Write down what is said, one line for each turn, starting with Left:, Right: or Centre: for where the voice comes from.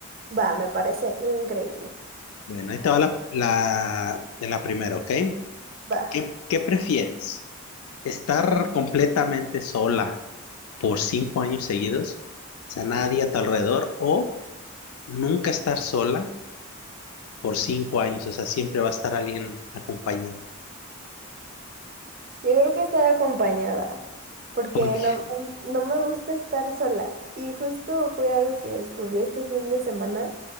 Right: Va, me parece increíble.
Left: Bueno, ahí te va la, la, la primera, ¿ok?
Right: Va,
Left: ¿Qué, qué prefieres? ¿Estar completamente sola por cinco años seguidos? O sea, nadie a tu alrededor o nunca estar sola por cinco años, o sea, siempre va a estar alguien acompañando.
Right: yo creo que estar acompañada, porque
Left: Porque,
Right: no, no no me gusta estar sola. Y justo fue algo que descubrí este fin de semana,